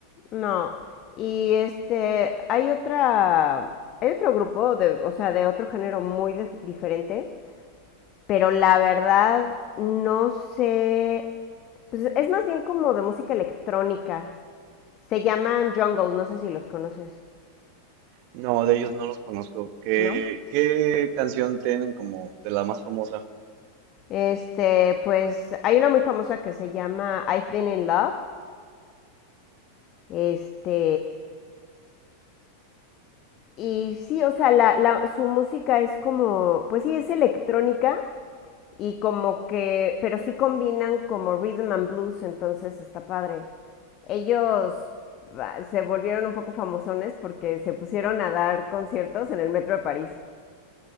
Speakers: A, on the left; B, on the right.
A: No, y este, hay otra, hay otro grupo de, o sea, de otro género muy dif- diferente, pero la verdad no sé, pues es más bien como de música electrónica. Se llaman Jungle, no sé si los conoces,
B: No, de ellos no los conozco. ¿Qué,
A: ¿no?
B: qué canción tienen como de la más famosa?
A: Este, pues hay una muy famosa que se llama I've Been in Love. Este, y sí, o sea, la, la- su música es como, pues sí, es electrónica, y como que, pero sí combinan como rhythm and blues, entonces está padre. Ellos ah, se volvieron un poco famosones porque se pusieron a dar conciertos en el metro de París.